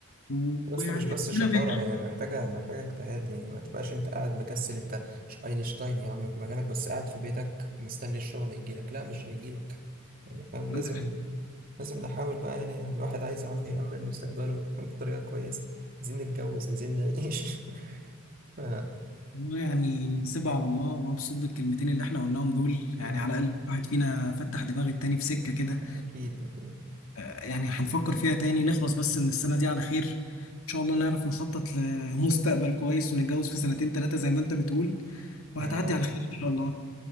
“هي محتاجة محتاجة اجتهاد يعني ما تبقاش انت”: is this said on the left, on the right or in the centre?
Right